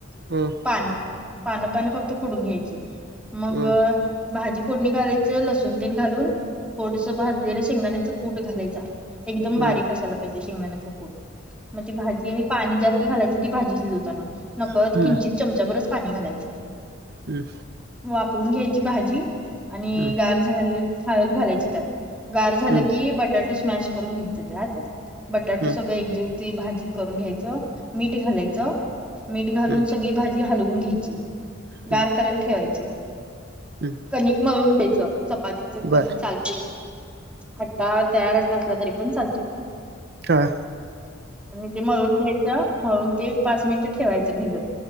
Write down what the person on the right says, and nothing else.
हम्.
हम्म
हम्म
हम्म
हम्.
हम्म
हम्म हम्म
हम्म
हम्म हम्म
हम्म
हम्म
बर
हां